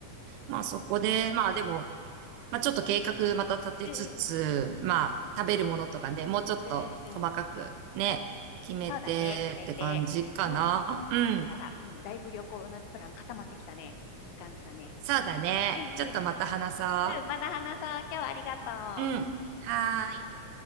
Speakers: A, on the right; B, on the left.
A: まあそこで、まあでも、まあちょっと計画また立てつつ、
B: うんうん。
A: まあ食べるものとかね、もうちょっと細かくね、
B: うんうんうん。うん
A: 決めてって感じかな。
B: そうだね、決めて。うん。でもそうしたら、
A: うん。
B: うん、だいぶ旅行のプラン固まってきたね。いい感じだね。
A: そうだね。
B: うんうん。
A: ちょっとまた話そ
B: うん、また話そう。今日はありがとう。
A: う。うん。はーい。